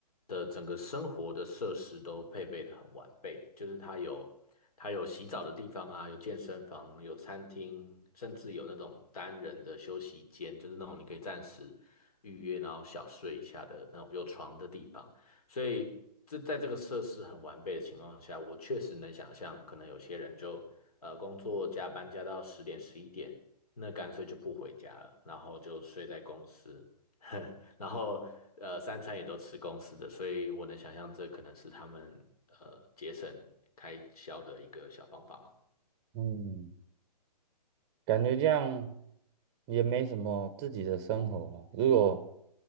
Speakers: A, on the left; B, on the right.
A: 的整个生活的设施都配备的很完备，就是它有它有洗澡的地方啊，有健身房，有餐厅，甚至有那种单人的休息间，就是那种你可以暂时预约，然后小睡一下的那种有床的地方。所以这在这个设施很完备的情况下，我确实能想象，可能有些人就呃工作加班加到十点十一点，那干脆就不回家了，然后就睡在公司，<laughs> 然后呃三餐也都吃公司的，所以我能想象这可能是他们呃节省开销的一个小方法嘛。
B: 嗯，感觉这样也没什么自己的生活了。如果